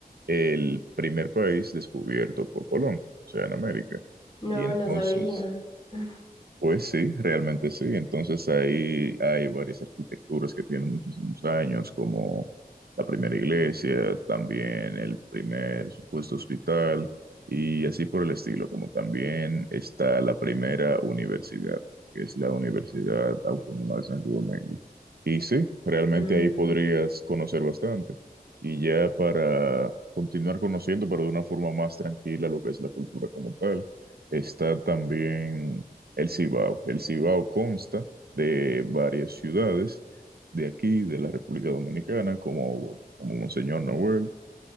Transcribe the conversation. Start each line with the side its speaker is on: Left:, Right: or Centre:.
Right: el primer país descubierto por Colón, o sea, en América.
Left: No,
Right: Y entonces...
Left: no sabía. <laughs>
Right: Pues sí, realmente sí. Entonces ahí hay varias arquitecturas que tienen muchísimos años, como la primera iglesia, también el primer supuesto hospital y así por el estilo, como también está la primera universidad, que es la Universidad Autónoma de Santo Domingo. Y sí, realmente
Left: Mm,
Right: ahí podrías conocer bastante. Y ya para continuar conociendo, pero de una forma más tranquila, lo que es la cultura como tal. Está también el Cibao. El Cibao consta de varias ciudades de aquí, de la República Dominicana, como, como Monseñor Noel,